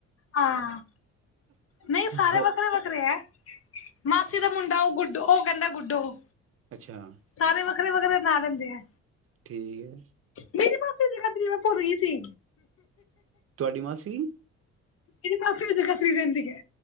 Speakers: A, on the left; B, on the right.
A: ਹਾਂ ਨਹੀਂ ਸਾਰੇ
B: ਹੋ
A: ਵੱਖਰੇ ਵੱਖਰੇ ਹੈ। ਮਾਸੀ
B: ਅੱਛਾ
A: ਦਾ ਮੁੰਡਾ ਉਹ ਗੁੱਡੂ ਗੁੱਡੋ ਉਹ ਕਹਿੰਦਾ ਗੁੱਡੋ
B: ਅੱਛਾ
A: ਸਾਰੇ ਵੱਖਰੇ ਵੱਖਰੇ ਨਾ ਲੈਂਦੇ ਆ।
B: ਠੀ ਐ।
A: ਮੇਰੀ ਮਾਸੀ ਜਗਾਦਰੀ ਮੈਂ ਭੁੱਰ ਗੀ ਸੀ।
B: ਤੁਹਾਡੀ ਮਾਸੀ?
A: ਮੇਰੀ ਮਾਸੀ ਵੀ ਜਗਾਦਰੀ ਰੈਂਦੀ ਐ।